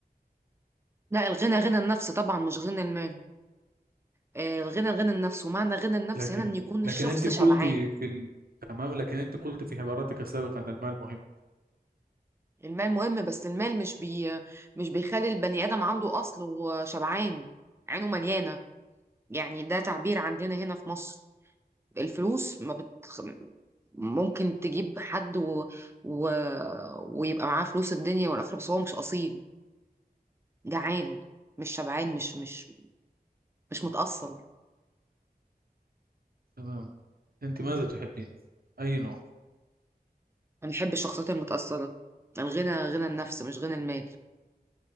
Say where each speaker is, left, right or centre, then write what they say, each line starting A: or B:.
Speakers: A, on the right; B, on the right.
A: لا الغنى غنى النفس طبعا مش غنى المال آه، الغنى غنى النفس ومعنى غنى النفس
B: لكن
A: هنا ان يكون
B: لكن
A: الشخص
B: انت قلت
A: شبعان
B: في ال... تمام لكن انت قلت في عباراتك السابقة ان المال مهم
A: المال مهم بس المال مش بي مش بيخلي البني ادم عنده اصل وشبعان عينه مليانه يعني ده تعبير عندنا هنا في مصر الفلوس ما بت... ممكن تجيب حد و... و... ويبقى معاه فلوس الدنيا والاخره بس هو مش اصيل جعان مش شبعان مش مش مش متأصل
B: تمام انت ماذا تحبين اي نوع
A: انا بحب الشخصيات المتأصلة الغنى غنى النفس مش غنى المال